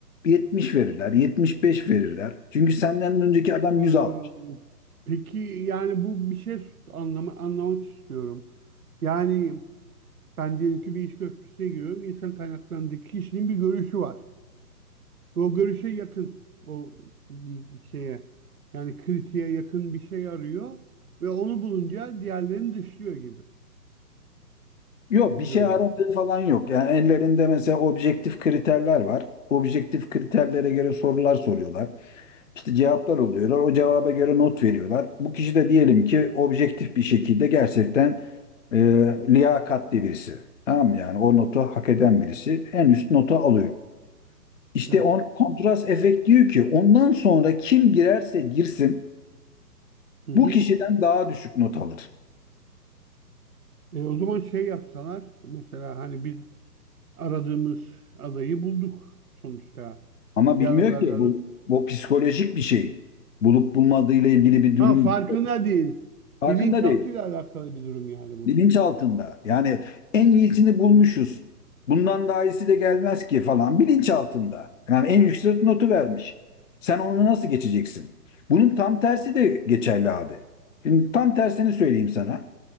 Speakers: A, on the left (about 50°); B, on the right (about 60°).
A: 70 verirler, 75 verirler. Çünkü senden önceki adam
B: Ee,
A: 100 almış.
B: peki yani bu bir şey anlama, anlamak istiyorum. Yani ben diyelim ki bir iş görüşmesine giriyorum. İnsan kaynaklarındaki kişinin bir görüşü var. Ve o görüşe yakın. O şeye yani kritiğe yakın bir şey arıyor. Ve onu bulunca diğerlerini dışlıyor gibi
A: Yok
B: bir
A: bir şey
B: durum.
A: aradığı falan yok. Yani ellerinde mesela objektif kriterler var. Objektif kriterlere göre sorular soruyorlar. İşte cevaplar oluyorlar. O cevaba göre not veriyorlar. Bu kişi de diyelim ki objektif bir şekilde gerçekten e, liyakatli birisi. Tamam mı? Yani o notu hak eden birisi en üst notu alıyor. İşte
B: Evet.
A: on kontrast efekt diyor ki ondan sonra kim girerse girsin
B: Hı hı.
A: bu kişiden daha düşük not alır.
B: E, o zaman şey yapsalar mesela hani biz aradığımız adayı bulduk sonuçta.
A: Ama
B: Diğer
A: bilmiyor
B: adaylarla
A: ki bu bu psikolojik bir şey. Bulup bulmadığıyla ilgili bir durum
B: ha farkında
A: yok.
B: değil.
A: farkında
B: Bilinçaltıyla
A: değil.
B: alakalı bir durum yani bu.
A: Bilinç altında. Yani en iyisini bulmuşuz. Bundan daha iyisi de gelmez ki falan. Bilinç altında. Yani en yüksek notu vermiş. Sen onu nasıl geçeceksin? Bunun tam tersi de geçerli abi. Şimdi tam tersini söyleyeyim sana.